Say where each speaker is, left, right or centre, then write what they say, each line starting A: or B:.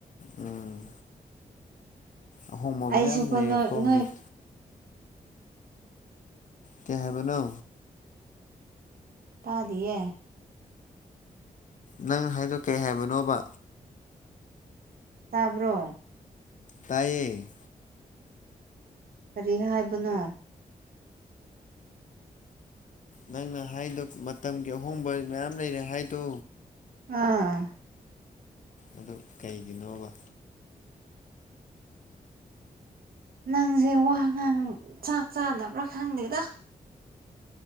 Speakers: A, on the left; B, on the right.
A: ꯎꯝ ꯑꯍꯣꯡꯕ
B: ꯑꯩꯁꯨꯀꯣ
A: ꯃꯌꯥꯝ ꯂꯩꯌꯦꯀꯣ
B: ꯅꯣꯏ
A: ꯍꯧꯖꯤꯛ
B: ꯅꯣꯏ
A: ꯀꯩ ꯍꯥꯏꯕꯅꯣ
B: ꯇꯥꯗꯤꯌꯦ
A: ꯅꯪ ꯍꯥꯏꯗꯣ ꯀꯩ ꯍꯥꯏꯕꯅꯣꯕ
B: ꯇꯥꯕ꯭ꯔꯣ
A: ꯇꯥꯏꯌꯦ
B: ꯀꯔꯤ ꯍꯥꯏꯕꯅꯣ
A: ꯅꯪꯅ ꯍꯥꯏꯗꯣ ꯃꯇꯝꯒꯤ ꯑꯍꯣꯡꯕ ꯃꯌꯥꯝ ꯂꯩꯔꯦ ꯍꯥꯏꯗꯣ
B: ꯑꯥ
A: ꯑꯗꯨ ꯀꯩꯒꯤꯅꯣꯕ
B: ꯅꯪꯁꯦ ꯋꯥꯉꯥꯡ ꯆꯥꯛ ꯆꯥꯗꯕ꯭ꯔꯥ ꯈꯪꯗꯦꯗ